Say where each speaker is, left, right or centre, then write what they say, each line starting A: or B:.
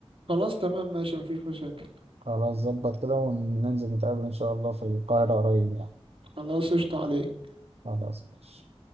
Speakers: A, on the right (about 60°); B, on the right (about 75°).
A: خلاص تمام ماشي مفيش مشاكل
B: خلاص ظبط كده وننزل نتقابل إن شاء الله في القاهرة قريب يعني
A: خلاص قشطة عليك
B: خلاص ماشي